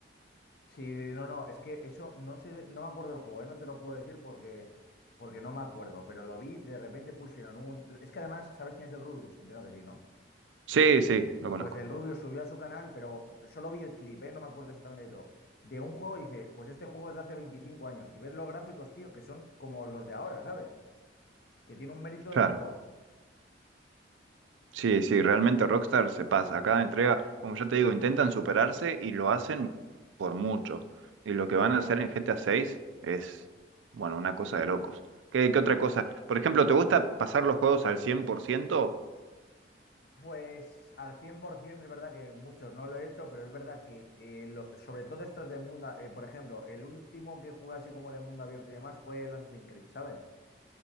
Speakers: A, on the left (about 55°); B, on the right (about 80°).
A: Sí, sí, sí, no, no, es que eso no sé, no me acuerdo del juego, ¿eh? No te lo puedo decir porque, porque no me acuerdo, pero lo vi, de repente pusieron un... Es que además, ¿sabes quién es el Rubius? Entiendo que sí, ¿no?
B: sí, sí, lo conozco.
A: Pues el Rubius subió a su canal, pero solo vi el clip, ¿eh? No me acuerdo exactamente de todo. De un juego y dice, pues este juego es de hace 25 años y ves los gráficos, tío, que son como los de ahora, ¿sabes? Que tiene un mérito
B: Claro.
A: del copón.
B: Sí, sí, realmente Rockstar se pasa. Cada entrega, como ya te digo, intentan superarse y lo hacen por mucho. Y lo que van a hacer en GTA 6 es, bueno, una cosa de locos. ¿Qué, qué otra cosa? Por ejemplo, ¿te gusta pasar los juegos al cien por ciento
A: Pues al 100% es verdad que muchos no lo he hecho, pero es verdad que eh, lo- sobre todo estos de mundo, eh, por ejemplo, el último que jugué así como de mundo abierto y demás fue el Assassin's Creed, ¿sabes?